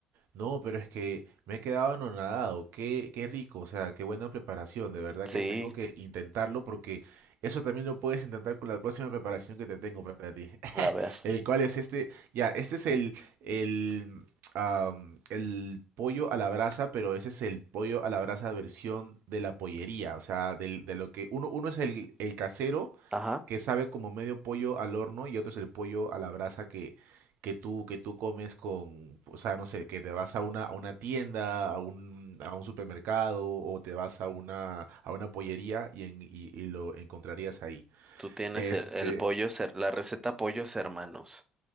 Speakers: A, on the right; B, on the right.
A: No, pero es que me he quedado anonadado. Qué, qué rico, o sea, qué buena preparación. De verdad
B: Sí,
A: que tengo que intentarlo porque eso también lo puedes intentar con la próxima preparación que te tengo para ti.
B: a ver.
A: El cual es este, ya, este es el, el, am, el pollo a la brasa, pero ese es el pollo a la brasa versión de la pollería, o sea, del- de lo que uno, uno es el, el casero
B: Ajá.
A: que sabe como medio pollo al horno y otro es el pollo a la brasa que, que tú, que tú comes con, o sea, no sé, que te vas a una, a una tienda, a un, a un supermercado o te vas a una, a una pollería y, en- y y lo encontrarías ahí.
B: Tú tienes
A: Este,
B: el, el pollo, cer- la receta pollos hermanos.